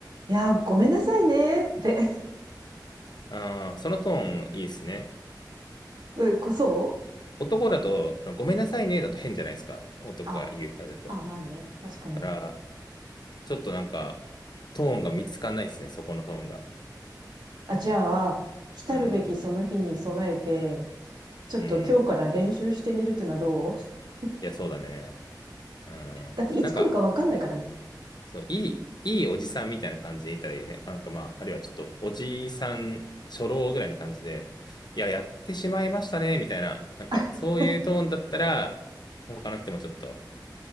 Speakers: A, on the right; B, on the left.
A: いや、ごめんなさいねって。
B: ああ、そのトーンいいですね。
A: <laughs> こそう
B: うん男だと、ごめんなさいね、だと変じゃないですか。男が言うからだと。
A: あ、あ、まあね。確かに。
B: だからちょっとなんか、トーンが見つかんないですね、そこのトーンが。
A: あ、じゃあ、来たるべきその日に備えて、
B: うん。
A: ちょっと今日から練習してみるっていうのはどう
B: うん。
A: <laughs>
B: いや、そうだね。うん。
A: だっていつ来るかわかんないからね。
B: なんか、そう、いい、いいおじさんみたいな感じでいたらいいよね。なんかまあ、あるいはちょっと、おじさん、初老ぐらいの感じで、いや、やってしまいましたね、みたいな。なんか、
A: <laughs>
B: そういうトーンだったら、他の人もちょっと、